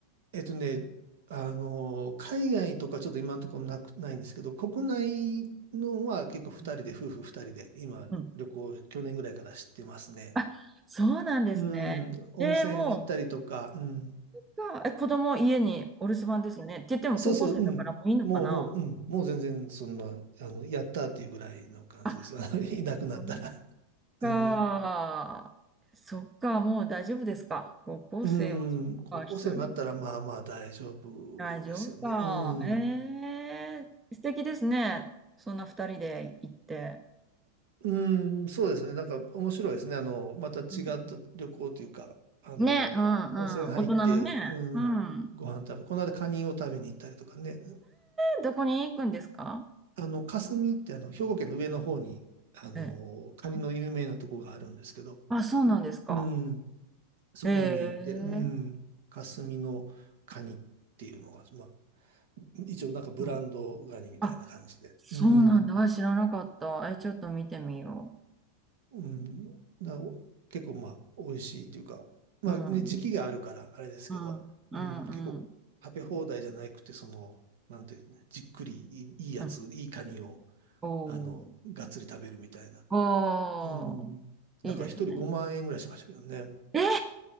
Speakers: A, on the right; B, on the right.
A: えっとね、あの、海外とかちょっと今のところなく、ないんですけど、国内のは結構2人で、
B: うん
A: 夫婦2人で今旅行去年ぐらいから知ってますね。
B: うん。あ、そうなんですね。
A: うん、温泉行ったりとか、
B: えー、もう、
A: うん、
B: かえ、子供家にお留守番ですよね。って言っても高校生だからもういいのかな
A: そうそう、うん。もう、もう、うん。もう全然、そんな、あの、やったっていうぐらいの感じですよ。
B: あ、
A: <laughs> いなくなったら。
B: そっか。
A: うん。
B: そっか、もう大丈夫ですか。高校生は、
A: う
B: そっか、
A: ん。高校生になったら、
B: 一人。
A: まあまあ大丈夫ですよね。
B: 大丈夫か。
A: うん。
B: ええ素敵ですね。そんな二人で行って。
A: うん、そうですね。なんか面白いですね。あの、また違った旅行というか、
B: うん。
A: あの、
B: ね、うん
A: 温泉入って、
B: うん。大人のね。
A: うん、
B: うん。
A: ご飯食べ、この間カニを食べに行ったりとかね。
B: えどこに行くんですか
A: あの、霞ってあの、兵庫県の上の方に、あの、
B: ええ、
A: カニの有名なとこがあるんですけど、
B: あ、あそうなんですか。
A: うん、そこにいて、
B: ええ
A: うん、霞のカニっていうのが、まあ、一応なんかブランドガニみたいな感じで、
B: うん。あ、そうなんだ。
A: うん、
B: あ知らなかった。え、ちょっと見てみよ
A: うん、だお結構まあ、美味しいというか、まあね、
B: う。うん。
A: 時期があるからあれですけど、
B: うん。うん。
A: うん、結構食べ放題じゃなくて、
B: うん。
A: その、なんていうね、じっくりいい、いいやつ、
B: うん。
A: いいカニを、
B: お
A: あの、
B: ー。
A: がっつり食べるみたいな。
B: おー。
A: うん、だから一人5万円ぐらいしましたけどね。
B: いいですね。え